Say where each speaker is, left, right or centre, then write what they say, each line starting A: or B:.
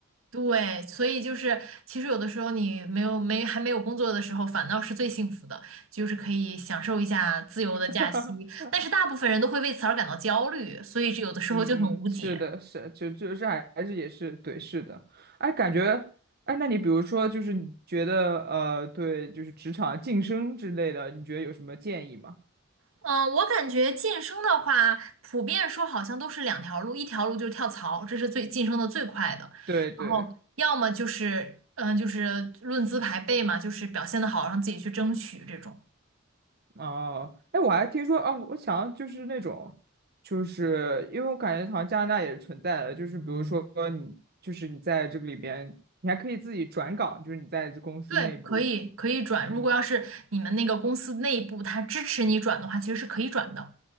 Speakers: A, on the right; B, on the right.
A: 对，所以就是其实有的时候你没有没还没有工作的时候，反倒是最幸福的，就是可以享受一下自由的假期。
B: <laughs>
A: 但是大部分人都会为此而感到焦虑，所以这有的时候就很无解。
B: 嗯嗯，是的，是，就就是还还是也是对，是的。哎，感觉，哎，那你比如说，就是你觉得呃，对，就是职场晋升之类的，你觉得有什么建议吗？
A: 嗯，我感觉晋升的话，普遍说好像都是两条路，一条路就是跳槽，这是最晋升的最快的，
B: 对对。
A: 然后要么就是，嗯，就是论资排辈嘛，就是表现的好，让自己去争取这种。
B: 哦，哎，我还听说哦，我想就是那种，就是因为我感觉好像加拿大也是存在的，就是比如说你，就是你在这个里边，你还可以自己转岗，就是你在公司内部，
A: 对，可以可以转，
B: 嗯，
A: 如果要是你们那个公司内部他支持你转的话，其实是可以转的。